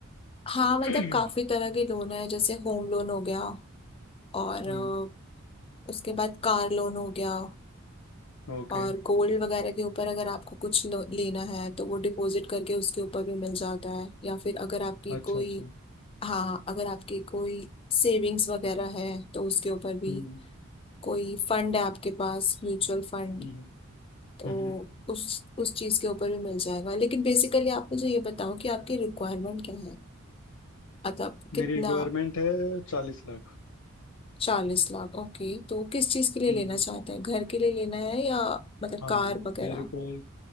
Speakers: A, on the left (about 25°); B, on the left (about 80°).
A: हाँ
B: <clears throat>
A: मतलब काफ़ी तरह के लोन है जैसे होम लोन हो गया और
B: हम्म
A: अ, उसके बाद कार लोन हो गया
B: ओके
A: और गोल्ड वगैरह के ऊपर अगर आपको कुछ लो- लेना है तो वो डिपॉजिट करके उसके ऊपर भी मिल जाता है या फिर अगर आपकी
B: अच्छा
A: कोई
B: अच्छा
A: हाँ अगर आपकी कोई सेविंग्स वगैरह है तो उसके ऊपर भी
B: हम्म
A: कोई फंड है आपके पास म्यूचुअल फंड
B: हम्म
A: तो
B: हम्म हम्म।
A: उस उस चीज के ऊपर भी मिल जाएगा लेकिन बेसिकली आप मुझे ये बताओ कि आपकी रिक्वायरमेंट क्या है मतलब कितना
B: मेरी रिक्वायरमेंट है चालीस लाख
A: चालीस लाख ओके तो किस चीज के लिए
B: हम्म
A: लेना चाहते हैं घर के लिए लेना है या मतलब
B: हाँ
A: कार वगैरह
B: मेरे को एक